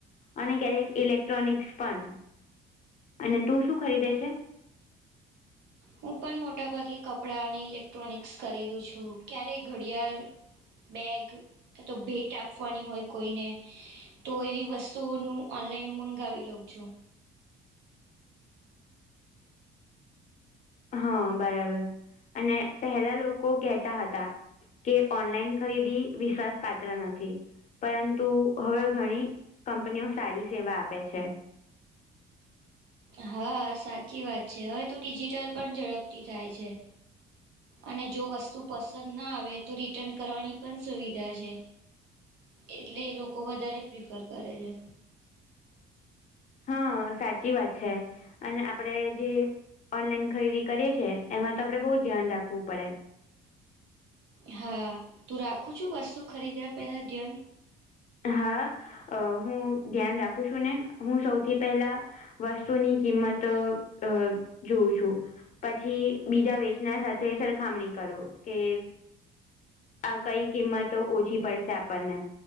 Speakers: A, on the left (about 45°); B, on the right (about 85°).
A: અને દરેક ઇલેક્ટ્રોનિક્સ પણ અને તું શું ખરીદે છે?
B: હું પણ મોટાભાગે કપડાં અને ઇલેક્ટ્રોનિકસ ખરીદુ છું. ક્યારેક ઘડિયાળ બેગ ક તો ભેટ આપવાની હોય કોઈને. તો એવી વસ્તુઓ નું ઓનલાઈન હું મંગાવી લઉં છુ.
A: હા બરાબર અને પહેલા લોકો કેહેતા હતા. કે ઓનલાઈન ખરીદી વિશ્વાસ પાત્ર નથી. પરંતુ હવે ઘણી કંપનીઓ સારી સેવા આપે છે.
B: હા સાચી વાત છે, હવે તો ડિજિટલ પણ ઝડપથી થાય છે. અને જો વસ્તુ પસંદ ના આવે તો રિટર્ન કરવાની પણ સુવિધા છે. એટલે એ લોકો વધારે પ્રિફર કરે છે.
A: હા સાચી વાત છે, અને આપડે જે. ઓનલાઈન ખરીદી કરીએ છીએ એમાં તો આપડણે બહુ ધ્યાન રાખવું પડે.
B: હા તું રાખું છુ વસ્તુ ખરીદયા પહેલાં ધ્યાન.
A: હા અ હું ધ્યાન રાખું છું ને હું સૌથી પહેલા વસ્તુની કિંમત અ અ જોઉં છુ પછી બીજા વેચનાર સાથે તે સરખામણી કરુ કે. આ કઈ કિંમતો ઓછી પડશે આપણને.